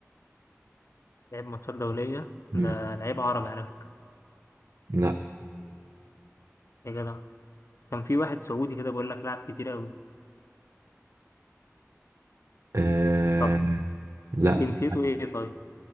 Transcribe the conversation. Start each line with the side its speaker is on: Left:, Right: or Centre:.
Left: لعب ماتشات دولية
Right: مم.
Left: ده لعيب عربي على فكرة
Right: لا
Left: يا جدع كان في واحد سعودي كده بيقول لك لعب كتير قوي
Right: إيه...
Left: طب
Right: لا
Left: جنسيته ايه طيب